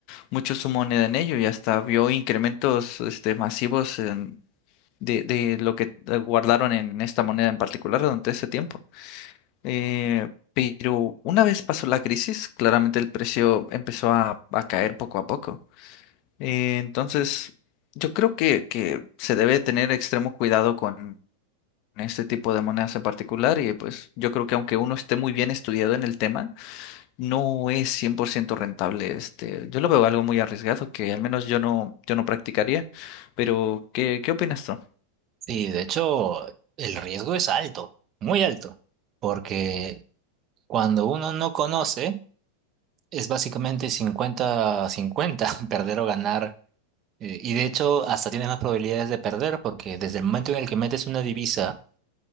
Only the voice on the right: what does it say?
Sí, de hecho, el riesgo es alto, muy alto, porque cuando uno no conoce, es básicamente cincuenta-cincuenta <laughs> perder o ganar. eh, Y de hecho, hasta tienes más probabilidades de perder, porque desde el momento en el que metes una divisa,